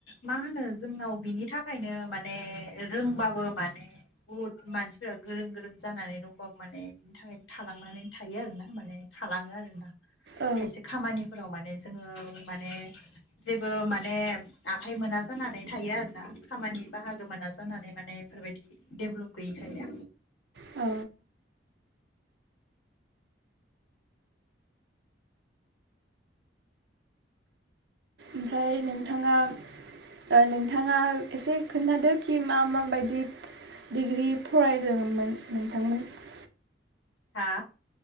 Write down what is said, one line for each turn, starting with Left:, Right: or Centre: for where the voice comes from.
Left: मा होनो जोंनाव बिनि थाखायनो माने ने रोंबाबो माने बुहुद मानसिफोरा गोरों गोरों जानानै दंबावो माने बिनि थाखायनो थालांनानै थायो आरोना माने थालांङो आरोना।
Right: औ
Left: खायसे खामानिफोराव माने जोंङो माने जेबो माने आखाइ मोना जानानै थायो आरोना। खामानि बाहागो मोना जानानै माने बेफोरबायदि डेभलप गैयिखायनो।
Right: अ ओमफ्राय नोंथाङा ओ नोंथाङा एसे खोन्थादो खि मा मा बायदि डिग्रि फरायलोङोमोन नोंथांमोनहा?
Left: हा